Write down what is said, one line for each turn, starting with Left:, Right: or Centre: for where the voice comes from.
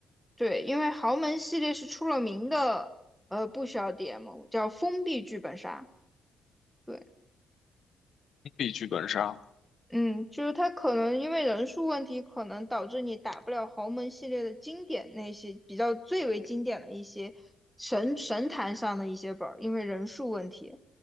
Centre: 对，因为豪门系列是出了名的，呃，不需要 DM，叫封闭剧本杀。对，
Left: 必剧本杀。
Centre: 嗯，就是他可能因为人数问题，可能导致你打不了豪门系列的经典那些比较最为经典的一些神神坛上的一些本儿，因为人数问题。